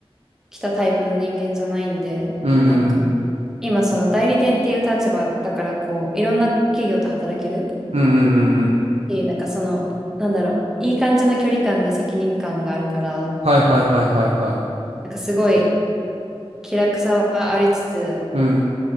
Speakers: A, in the centre; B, on the right.
A: きたタイプの人間じゃないんで、
B: うんうん
A: なんか今その代理店っていう立場だからこういろんな企業と働ける
B: うんうんうんうんうん
A: しなんかそのなんだろういい感じの距離感で責任感があるから
B: はいはいはいはいはい。
A: なんかすごい気楽さはありつつ
B: うん